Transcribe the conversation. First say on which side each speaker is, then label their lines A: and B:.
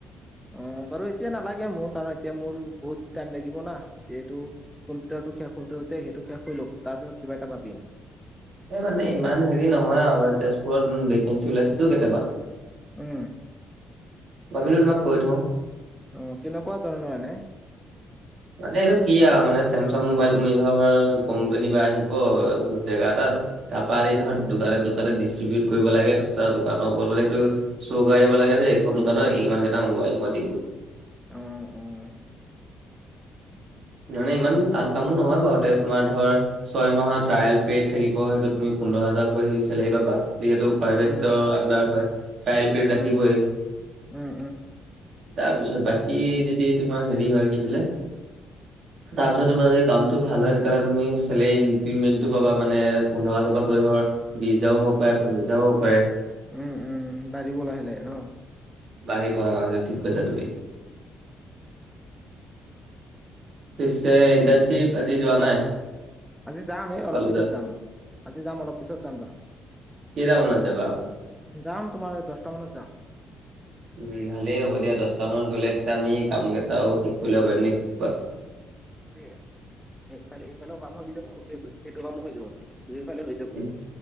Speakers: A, in the centre; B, on the right.
A: অ বাৰু এতিয়া নালাগে মোৰ কাৰণ এতিয়া মোৰ বহুত টাইম লাগিব ন এতিয়াটো, কম্পিউটাৰটো শেষ হওতে হওতে সেইটো শেষ হৈলওক তাৰপিছত কিবা এটা ভাবিম
B: এই মানে ইমান হেৰি নহয় আৰু মানে তেজপুৰত ভেকেঞ্চি ওলাইছেতো কেইটামান
A: উম
B: ভাবিলোঁ তোমাক কৈ থওঁ
A: অ কেনেকুৱা ধৰণৰ এনে
B: মানে এইটো কি আৰু মানে চেমচাং মোবাইল তুমি ধৰ কোম্পানীৰ বা আহিব জেগা এটাত তাৰ পৰা আনি ধৰ দোকানে দোকানে ডিষ্ট্ৰিবউট কৰিব লাগে তাৰপাছত দোকানৰ ওপৰত মানে সেইটো চৌকৰাই দিব লাগে যে এইখন দোকানৰ ইমান কেইটা মোবাইল মই দিলোঁ।
A: অঁ অঁ
B: মানে ইমান টান কামো নহয় বাৰু তে তোমাৰ ধৰ ছয় মাহৰ ট্ৰায়েল পিৰিয়ড থাকিব সেইটো তুমি পোন্ধৰ হাজাৰকৈ সেই চেলাৰী পাবা যিহেতু প্ৰাইভেটৰ
A: উম
B: আন্ডাৰত হয় ট্ৰাইেল পিৰিড
A: উম
B: ৰাখিবই
A: উম
B: তাৰপিছত বাকী যদি তোমাৰ হেৰি হয় কি আছিলে তাৰপিছত তোমাৰ যদি কামটো ভাল হয় তেতিয়াহ'লে তুমি চেলেৰী ইনক্ৰিমেণ্টটো পাবা মানে পোন্ধৰ হাজাৰ পৰা গৈ ধৰ বিছ হাজাৰো হব পাৰে পঁচিশ হাজাৰো হব পাৰে
A: উম উম বাঢ়িব লাহে লাহে ন
B: বাঢ়িব অ সেইটো ঠিক কৈছা তুমি
A: উম
B: পিছে ইণ্টৰ্নশিপ আজি যোৱা নাই
A: আজি যাম এই অলপ
B: কলেজত
A: পিছত যাম আজি যাম অলপ পিছত যাম ধৰা
B: কেইটা মানত যাবা
A: যাম তোমাৰ দহটা মানত যাম
B: উ ভালেই হ'ব দিয়া দহটা মানত গ'লে তেতিয়া আমি কাম কেইটাও শিক কৰিব পাৰিম নে কোৱা
A: সে এইফালে এইফালেও কাম হৈ যাব সেই সেইটো কামো হৈ যাব দুইফালে হৈ যাব।
B: উম